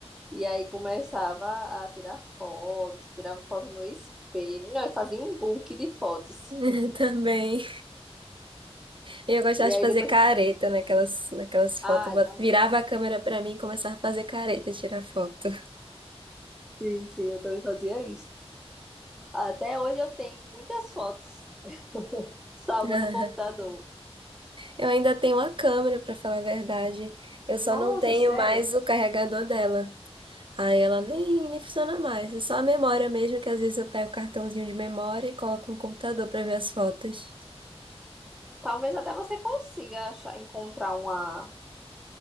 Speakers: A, in the centre; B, on the right.
A: e aí começava a tirar foto, tirava foto no espelho. Não, eu fazia um book de fotos.
B: <laughs> Também. E eu gostava
A: E
B: de
A: aí
B: fazer
A: depois.
B: careta naquelas, naquelas fotos.
A: Ah,
B: Eu Bot-
A: eu também.
B: Virava a câmera pra mim e começava a fazer careta, tirar foto.
A: Sim, sim, eu também fazia isso. Até hoje eu tenho muitas fotos. Salva
B: <laughs>
A: no computador.
B: Eu ainda tenho uma câmera, pra falar a verdade. Eu
A: Nossa,
B: só não tenho
A: sério?
B: mais o carregador dela. Aí ela nem, nem funciona mais. É só a memória mesmo, que às vezes eu pego o cartãozinho de memória e coloco no computador pra ver as fotos.
A: Talvez até você consiga achar, encontrar uma,